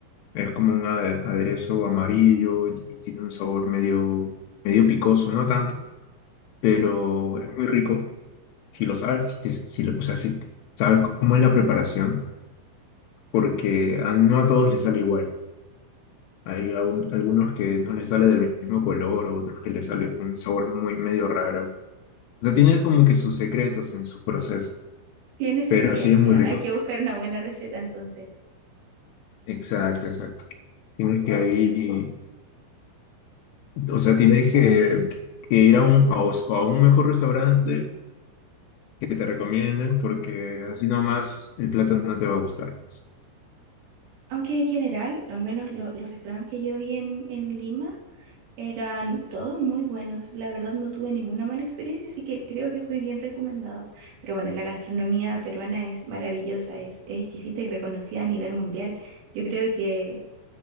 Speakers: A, on the left; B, on the right.
A: es como un ade- aderezo amarillo y tiene un sabor medio, medio picoso, no tanto, pero es muy rico. Si lo sabes, si, te- si lo- o sea, si sabes cómo es la preparación, porque a- no a todos les sale igual. Hay aún- algunos que no les sale del mismo color, otros que les sale un sabor muy medio raro. O sea, tiene como que sus secretos en su proceso,
B: Tiene su
A: pero
B: ciencia,
A: sí es muy rico.
B: hay que buscar una buena receta entonces.
A: Exacto, exacto. Tienes que ahí, o sea, tienes que, que ir a un, a, os- a un mejor restaurante que te recomienden porque así nomás el plato no te va a gustar. pues.
B: Aunque en general, al menos lo- los restaurantes que yo vi en, en Lima, Eran todos muy buenos. La verdad no tuve ninguna mala experiencia, así que creo que fui bien recomendada. Pero bueno, la gastronomía peruana es maravillosa, es, es exquisita y reconocida a nivel mundial. Yo creo que